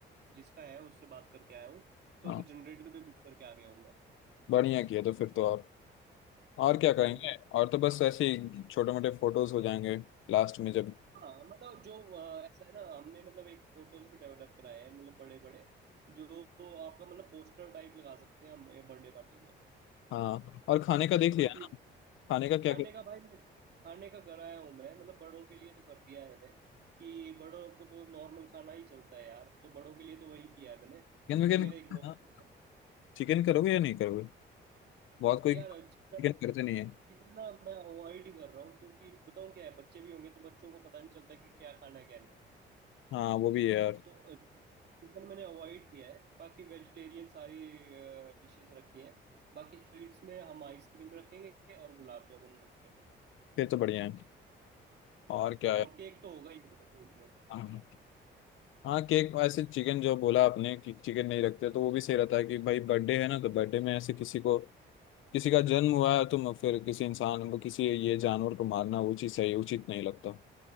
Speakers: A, on the right; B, on the left.
A: जिसका है उससे बात करके आया हूँ तो
B: हाँ
A: जनरेटर भी बुक करके आ गया हूँ मैं
B: बढ़िया किया तो फिर तो और और क्या करेंगे
A: हम्म
B: और तो बस ऐसे ही छोटे मोटे फोटोज हो जाएंगे लास्ट में जब
A: हाँ मतलब जो अ, ऐसा है ना हमने मतलब एक फोटोज भी डेवलप कराए हैं मतलब बड़े बड़े जो जो आपका मतलब पोस्टर टाइप लगा सकते हैं हम बर्थडे पार्टी में
B: हाँ और खाने का देख लिया
A: वो
B: ना
A: भी
B: खाने का
A: खाने
B: क्या
A: का भाई मैं खाने का कराया हूँ मैं मतलब बड़ों के लिए तो कर दिया है मैंने कि बड़ों को तो नॉर्मल खाना ही चलता है यार तो बड़ों के लिए तो वही किया है मैंने
B: क्या
A: जो मेरे एक नॉर्मल था
B: चिकन करोगे या नहीं करोगे बहुत कोई
A: यार
B: चिकन
A: चिकन
B: करते नहीं है
A: चिकन ना मैं अवॉइड ही कर रहा हूँ क्योंकि बताऊँ क्या है बच्चे भी होंगे तो बच्चों को पता नहीं चलता कि क्या खाना है क्या नहीं
B: हाँ वो भी है यार
A: तो चिकन मैंने अवॉइड किया है बाकी वेजिटेरियन सारी डिशेस रखी हैं बाकी स्वीट्स में हम आइसक्रीम रखेंगे और गुलाब जामुन रखेंगे
B: फिर तो बढ़िया है और क्या
A: हाँ
B: है
A: और केक तो होगा ही होगा स्वीट में
B: हाँ हाँ केक ऐसे चिकन जो बोला आपने कि चिकन नहीं रखते तो वो भी सही रहता है कि भाई बर्थडे है ना तो बर्थडे में ऐसे किसी को किसी का जन्म हुआ है तो म- फिर किसी इंसान को किसी ये जानवर को मारना वो चीज़ सही उचित नहीं लगता